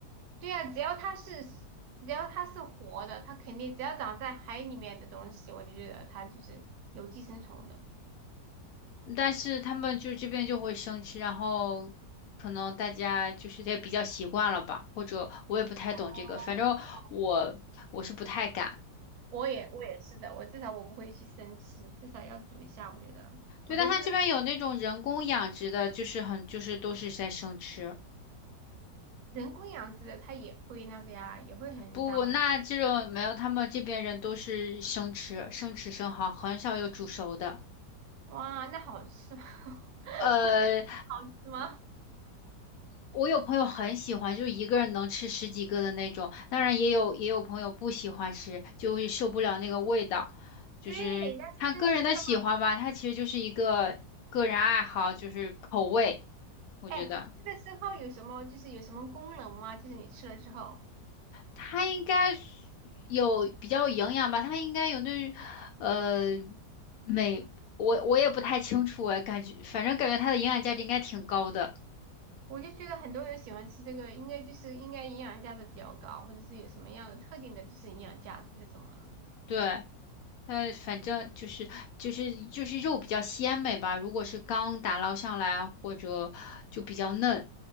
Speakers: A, on the right; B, on the left.
A: 对呀，只要它是只要它是活的，它肯定只要长在海里面的东西，我就觉得它就是有寄生虫的。
B: 但是他们就这边就会生吃，然后可能大家就是也比较习惯了吧，或者我也不太懂这个，
A: 哦
B: 反正我我是不太敢。
A: 我也我也是的，我至少我不会去生吃，至少要煮一下。我觉得我都是
B: 对，但它这边有那种人工养殖的，就是很就是都是在生吃。
A: 人工养殖的，它也会那个呀，也会很脏吧？
B: 不不，那这种没有，他们这边人都是生吃，生吃生蚝，很少有煮熟的。
A: 哇，那好吃吗？<laughs>
B: 呃，
A: 我觉得好吃吗？
B: 我有朋友很喜欢，就是一个人能吃十几个的那种。当然，也有也有朋友不喜欢吃，就会受不了那个味道。就是他个人的喜欢吧，
A: 对，那真是的。
B: 他其实就是一个个人爱好，就是口味。我觉得
A: 哎，这个生蚝有什么就是有什么功能吗？就是你吃了之后，
B: 他应该是有比较有营养吧，他应该有那呃美，我我也不太清楚哎，感觉反正感觉它的营养价值应该挺高的。
A: 我就觉得很多人喜欢吃这个，应该就是应该营养价值比较高，或者是有什么样的特定的就是营养价值这种的。
B: 对，它反正就是就是就是肉比较鲜美吧，如果是刚打捞上来或者就比较嫩，